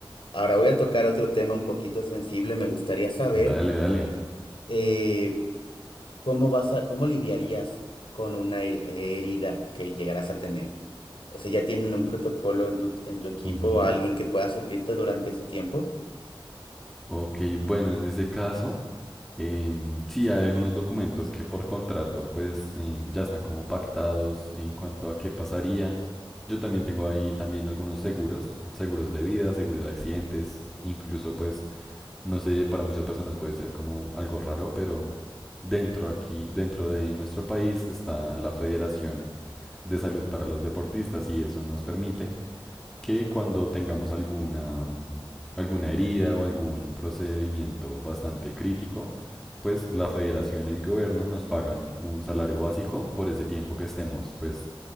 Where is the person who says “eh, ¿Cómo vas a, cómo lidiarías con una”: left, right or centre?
Left